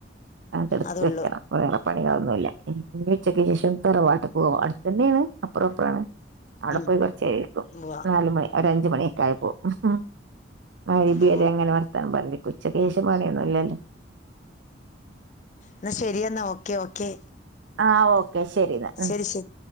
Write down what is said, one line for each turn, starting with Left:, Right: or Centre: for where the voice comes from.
Right: അത എടുത്ത്
Left: അതുള്ളു
Right: വെക്കണം. വേറെ പണികളൊന്നുല്ല ഇ ഇനിച്ചക്ക ശേഷം തറവാട്ട് ക്ക്‌ പോവാ അടുതന്നെണ് അപ്പറം ഇപ്പുറാണ്. അവടെ
Left: ഉം
Right: പോയി കുറച്ചേരക്കും
Left: ഉവ്വ
Right: നാല് മണി ഒര് അഞ്ചു മണിയൊക്കെ ആയപ്പോവും ഉം ഹു. മയിരിബിയരെ
Left: ഓ
Right: ങ്ങനെ വർത്താനം പറഞ്ഞിക്കും ച്ചയ്ക്കേശേം പണിയൊന്നും ഇല്ലല്ലോ.
Left: ന്നാ ശരി എന്നാ ഓക്കെ ഓക്കെ.
Right: ആഹ് ഓക്കെ ശരിന്നാ ഉം.
Left: ശരി ശരി